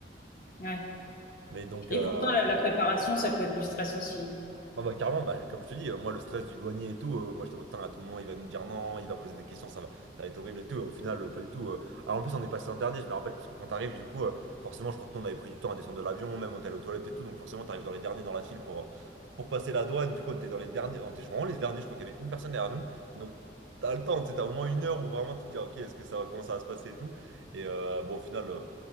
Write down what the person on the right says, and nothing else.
Mais donc,
euh,
Ah bah carrément, bah, comme je te dis, euh, moi le stress du douanier et tout, euh, moi j'étais en mode, putain, à tout moment il va nous dire non, il va poser des questions, ça va, ça va être horrible et tout, Et au final euh, pas du tout. euh. Alors en plus on est passé en dernier, je me rappelle, parce que quand t'arrives du coup, euh, forcément je crois que nous on avait pris du temps à descendre de l'avion, même on était allé aux toilettes et tout, donc forcément t'arrives dans les derniers dans la file pour, euh, pour passer la douane, du coup on était dans les derniers, on était vraiment les derniers, je crois qu'il y avait une personne derrière nous, donc t'as le temps, tu sais, t'as au moins une heure où vraiment tu te dis ah, ok, est-ce que ça va, comment ça va se passer et tout, et euh, bon au final... euh,